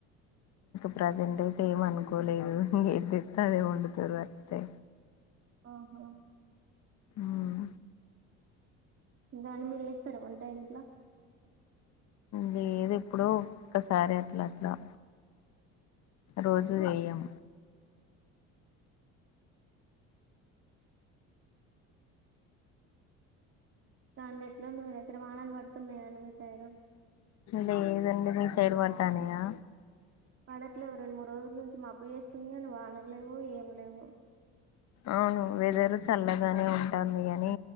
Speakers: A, on the left; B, on the right.
A: ప్రజెంట్ ఏం అనుకోలేదు ఇంకేం తెత్తే అదే వండుతారు అంతే
B: ఆహా
A: మ్మ్
B: దని మీరు వేస్తార వంట ఇంట్లో
A: లేదు ఇప్పుడు ఒక్కసారే అట్ల అట్ల రోజు వేయం
B: రండి ఎట్లుంది మీ దగ్గర వానలు పడుతున్నాయా అండి మీ సైడు
A: లేదండి మీ సైడ్ పడతన్నాయా
B: పడట్లేవు రెండు మూడు రోజుల నుంచి మబ్బు చేస్తుంది కానీ వానలు లేవు ఏం లేవు
A: అవును వెదరు చల్లగానే ఉంటాంది కాని